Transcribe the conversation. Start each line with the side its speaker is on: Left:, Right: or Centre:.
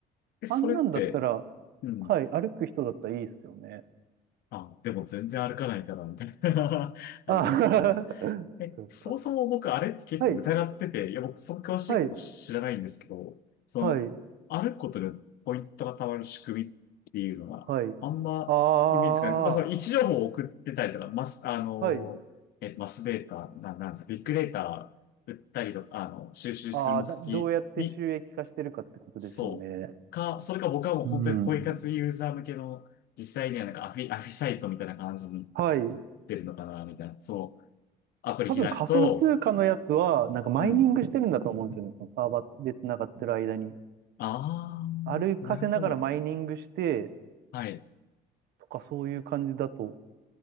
Left: え、それって、
Right: あんなんだったら、
Left: うん。
Right: はい、歩く人だったらいいですよね。
Left: あ、でも全然歩かないからみたいな <laughs> ありますけど。
Right: あ、<laughs>
Left: え、
Right: そっか。
Left: そもそも僕、あれって結構疑ってて、
Right: はい、
Left: いや、僕、その詳しいこと知らないんですけど、
Right: はい、
Left: その、
Right: はい、
Left: 歩くことでポイントがたまる仕組みっていうのは、
Right: はい。
Left: あんまイメージつかない。
Right: あ
Left: まあ、その位置情報を送ってたりとか、マス、あの、
Right: あ、はい。
Left: えっと、マスデータ、な、なんですか、ビッグデータ売ったりとか、あの、収集する目的に、
Right: ああ、などうやって収益化してるかってことですよね。
Left: そうか、それか僕はもう本当にポイ活ユーザー向けの、
Right: うん。
Left: 実際にはなんかアフィ、アフィサイトみたいな感じになってるのかな、
Right: はい。
Left: みたいな、そう。アプリ開くと、
Right: 多分仮想通貨のやつは、なんかマイニングしてるんだと思うんですよね。
Left: うん。
Right: そのサーバーで繋がってる間に。
Left: ああ、
Right: 歩かせながらマイニングして、
Left: なるほど。はい。
Right: とかそういう感じだと